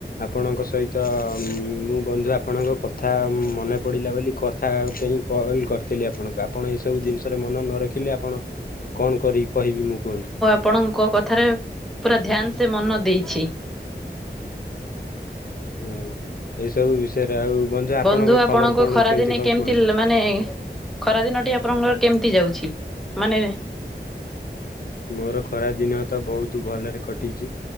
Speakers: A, on the left; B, in the centre.
A: ଆପଣଙ୍କ ସହିତ ମୁଁ ବନ୍ଧୁ ଆପଣଙ୍କ କଥା ମନେ ପଡ଼ିଲା ବୋଲି କଥା ପେଇଁ କଲ୍ କରିଥିଲି ଆପଣଙ୍କୁ ଆ ଆପଣ ଏଇ ସବୁ ଜିନିଷରେ ମନ ନ ରଖିଲେ ଆପଣ କଣ କରିବି କହିବି ମୁଁ କୁହନ୍ତୁ?
B: ଆପଣଙ୍କ କଥାରେ ପୁରା ଧ୍ୟାନ ସେ ମନ ଦେଇଛି।
A: ହୁଁ ଏଇସବୁ ବିଷୟରେ ଆଉ
B: ବନ୍ଧୁ ଆପଣଙ୍କ
A: ଖବର କଣ
B: ଖରାଦିନେ
A: କଣ
B: କେମିତି
A: କୁହନ୍ତୁ?
B: ଲା ମାନେ ଖରା ଦିନଟି ଆପଣଙ୍କର କେମିତି ଯାଉଛି ମାନେ
A: ମୋରୋ ଖରା ଦିନ ତ ବୋହୁତୁ ଭଲରେ କଟିଚି।